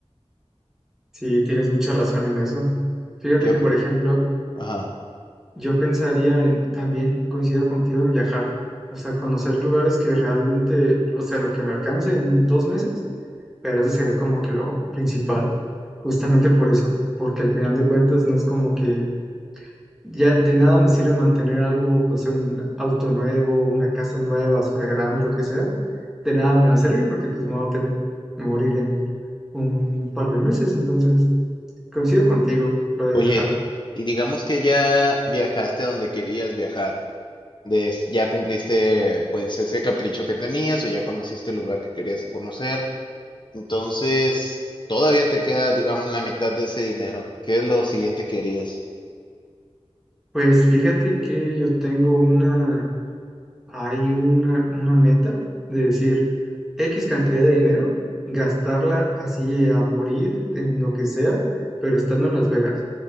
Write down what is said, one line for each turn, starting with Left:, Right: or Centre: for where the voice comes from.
Centre: Sí, tienes mucha razón en eso. Fíjate
Left: ¿Qué
Centre: que,
Left: op-
Centre: por ejemplo,
Left: Ajá.
Centre: yo pensaría en, también coincido contigo en viajar, o sea, conocer lugares que realmente, o sea, lo que me alcance en dos meses Pero eso sería como que lo principal, justamente por eso, porque al final de cuentas no es como que ya de nada me sirve mantener algo, no sé, un auto nuevo, una casa nueva, una grande, lo que sea, de nada me va a servir porque pues me voy a tener que morir en un par de meses, entonces coincido contigo, lo de
Left: Oye,
Centre: viajar.
Left: y digamos que ya viajaste a donde querías viajar, des- ya cumpliste pues ese capricho que tenías o ya conociste el lugar que querías conocer, entonces todavía te queda, digamos, la mitad de ese dinero. ¿Qué es lo siguiente que harías?
Centre: Pues fíjate que yo tengo una hay una, una meta de decir X cantidad de dinero, gastarla así a morir en lo que sea, pero estando en Las Vegas.